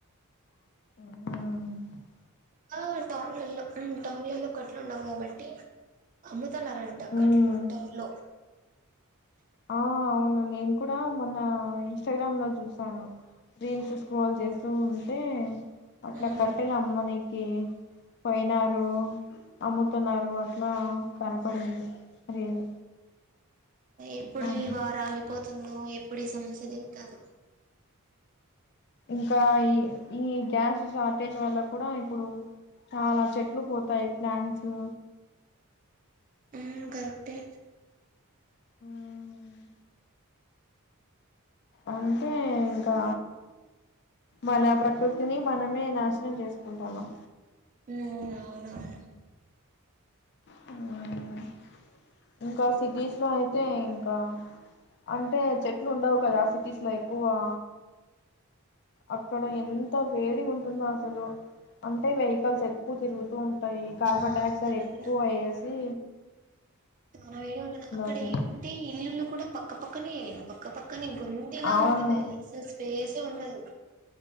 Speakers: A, on the left (about 50°); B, on the right (about 35°).
A: హ్మ్
B: కా టౌన్లలో హ్మ్ టౌన్లల్లో కట్లు ఉండవు గాబట్టి అమ్ తన్నారంట
A: మ్మ్
B: కట్లు టౌన్ లో
A: ఆ అవును నేను కూడా మొన్నా ఇన్స్టాగ్రామ్ లో చూసాను రీల్స్ స్క్రోల్ చేస్తూ ఉంటే అట్లా
B: ఉమ్
A: కట్టెలమ్మనీకి పొయినారు అమ్ముతున్నారు అట్లా కనపడింది రీల్ చూసాను
B: ఎప్పుడు ఈ వార్ ఆగిపో తుందో ఎప్పుడు ఈ సమస్య దీర్తదో
A: ఇంకా ఈ ఈ గ్యాస్ షార్టేజ్ వల్ల కూడా ఇపుడు చాలా చెట్లు పోతాయ్ ప్లాంట్సు
B: హ్మ్ కరెక్టే
A: హ్మ్ అంతే ఇంకా మన ప్రకృతిని మనమే నాశనం జేస్కుంటన్నం
B: ఉమ్ అవునవును
A: హ్మ్ ఇంకా సిటీస్ లో అయితే ఇంకా అంటే చెట్లుండవ్ కదా సిటీస్ లో ఎక్కువా అక్కడ ఎంత వేడిగుంటుందో అసలు అంటే వెయికల్స్ ఎక్కువ్ తిరుగుతూ ఉ టయి కార్బన్
B: ఆ
A: డైఆక్సైడ్
B: అవునవును
A: ఎక్కువయేసి
B: చానా వేడిగా ఉంటుద్ అక్కడేమంటే
A: అసలు
B: ఇల్లుల్లు కూడా పక్కపక్కనే పక్క పక్ కనీ గొందిలా
A: అవును
B: ఉంటుంది అసల్ స్పేసే ఉండదు